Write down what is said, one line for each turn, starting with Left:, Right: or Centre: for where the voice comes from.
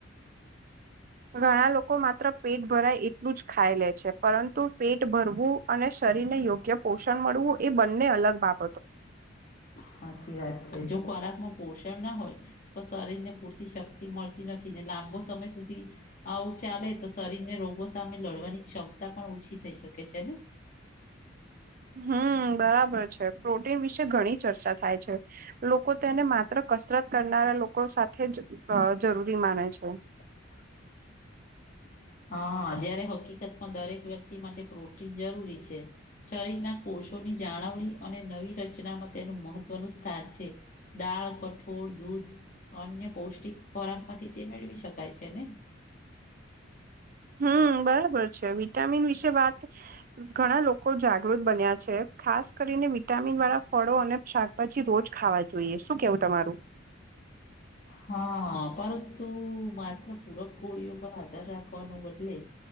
Right: ઘણા લોકો માત્ર પેટ ભરાય એટલું જ ખાઈ લે છે પરંતુ પેટ ભરવું અને શરીર ને યોગ્ય પોષણ મળવું એ બંને અલગ બાબ
Left: સાચી વાત છે જો ખોરાકમાં પોષણ ના હોય તો શરીર ને પૂરતી શક્તિ મળતી નથી ને લાંબો સમય સુધી આવું ચાલે તો શરીર ને રોગો સામે લડવાની ક્ષમતા પણ ઓછી થઈ શકે છે ને?
Right: હમ બરાબર છે પ્રોટીન વિશે ઘણી ચર્ચા થાય છે લોકો તેને મા કસરત કરનારા લોકો સાથે જ જરૂરી માને છે.
Left: <inaudible> હા જયારે હકીકતમાં દરેક વ્યક્તિ માટે પ્રોટીન જરૂરી છે. શરીરના કોષોની જાળવણી અને નવી રચનામાં તેનું મહત્વનું સ્થાન છે. દાળ કઠોળ દૂધ અન્ય પૌષ્ટિક ખોરાક માંથી તે મેળવી શકાય છેને.
Right: હમ બરાબર છે વિટામિન વિશે વાત ઘણા લોકો. જાગૃત બન્યા છે ખાસ કરીને વિટામીન વાળા ફળો અને શાકભાજી રોજ ખાવા જોઈએ શું કેવું તમારું?
Left: હા પરંતુ માત્ર પૂરક કોળીઓ પર આધાર રાખો કો ન બદલે